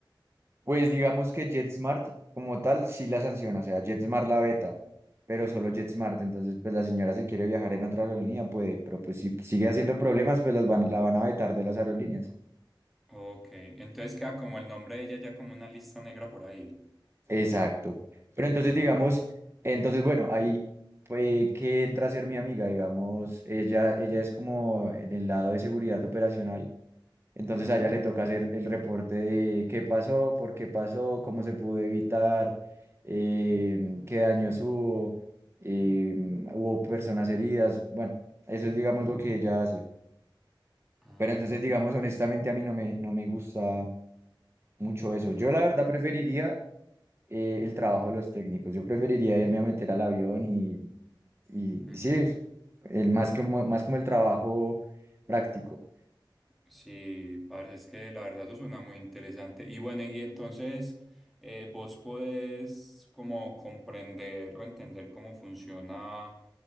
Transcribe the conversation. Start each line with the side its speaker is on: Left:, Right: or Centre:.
Right: pues digamos que JetSmart como tal sí la sanciona, o sea, JetSmart la veta, pero solo
Centre: Mm.
Right: JetSmart, entonces pues la señora si quiere viajar en otra aerolínea puede, pero pues si sigue haciendo problemas pues las van, la van a vetar de las aerolíneas.
Centre: Ok, entonces queda como el nombre de ella ya como una lista negra por ahí.
Right: Exacto. Pero entonces,
Centre: Mm.
Right: digamos, entonces, bueno, ahí fue que entra a ser mi amiga, digamos, ella, ella es como en el lado de seguridad operacional, entonces
Centre: Ujú.
Right: a ella le toca hacer el reporte de qué pasó, por qué pasó, cómo se pudo evitar, eh, qué daños hubo, eh, hubo personas heridas, bueno, eso es, digamos, lo que ella hace.
Centre: Ah,
Right: Pero entonces, digamos, honestamente, a mí no me, no me gusta mucho eso. Yo la verdad preferiría eh, el trabajo de los técnicos. Yo preferiría irme a meter al avión y, y
Centre: ujú.
Right: sí, es el, más que, mo- más como el trabajo práctico.
Centre: Sí, parce, es que la verdad eso suena muy interesante. Y bueno, y entonces eh, vos podés como comprender o entender cómo funciona